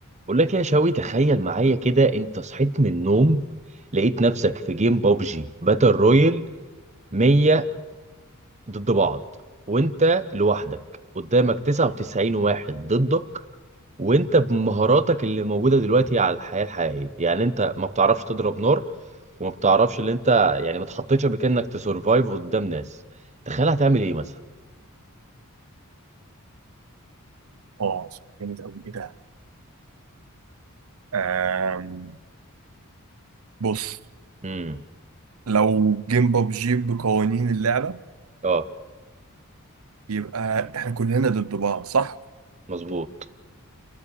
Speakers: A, on the right; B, on the right.
A: بقول لك يا شوي تخيل معايا كده انت صحيت من النوم لقيت نفسك في جيم بابجي باتل رويال 100 ضد بعض وانت لوحدك قدامك 99 واحد ضدك وانت بمهاراتك اللي موجودة دلوقتي على الحياة الحقيقية يعني انت ما بتعرفش تضرب نار وما بتعرفش اللي انت يعني ما اتحطيتش قبل كده انك تسرفايف قدام ناس تخيل هتعمل ايه مثلا
B: اه سؤال جامد قوي ايه ده آم، بص
A: امم
B: لو جيم ببجي بقوانين اللعبة
A: اه
B: يبقى احنا كلنا ضد بعض صح؟
A: مظبوط